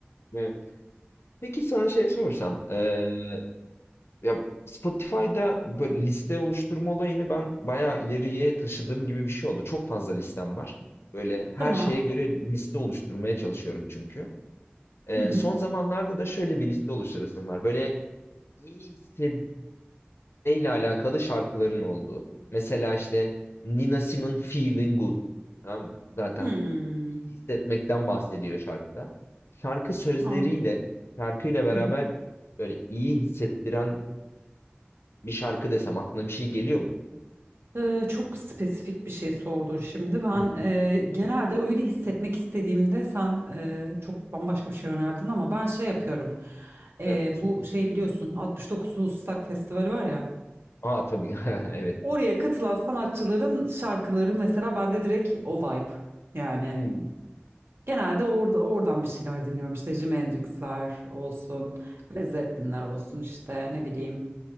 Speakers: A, on the left; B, on the right.
A: Evet. Peki sana şey sorsam, eee, ya Spotify'da böyle liste oluşturma olayını ben bayağı ileriye taşıdığım gibi bir şey oldu. Çok fazla listem var. Böyle her
B: Tamam.
A: şeye göre liste oluşturmaya çalışıyorum çünkü. Eee,
B: Hı hı.
A: son zamanlarda da şöyle bir liste oluşturasım var. Böyle iyi hissetmeyle alakalı şarkıların olduğu. Mesela işte Nina Simone Feeling Good. Tamam mı? Zaten
B: Hmm.
A: iyi hissetmekten bahsediyor şarkıda. Şarkı sözleriyle,
B: An-
A: şarkıyla beraber
B: Hı hı.
A: böyle iyi hissettiren bir şarkı desem aklına bir şey geliyor mu?
B: Ee, çok spesifik bir şey sordun şimdi. Ben
A: Hı hı.
B: e, genelde öyle hissetmek istediğimde sen e, çok bambaşka bir şey önerdin ama ben şey yapıyorum. E,
A: Ne yapıyorsun?
B: bu şeyi biliyorsun 69 Woodstock Festivali var ya.
A: Aa tabii. <laughs> Evet.
B: Oraya katılan sanatçıların şarkıları mesela bende direkt o vibe yani.
A: Hmm.
B: Genelde orada oradan bir şeyler dinliyorum işte Jimi Hendrix'ler olsun, Led Zeppelin'ler olsun işte ne bileyim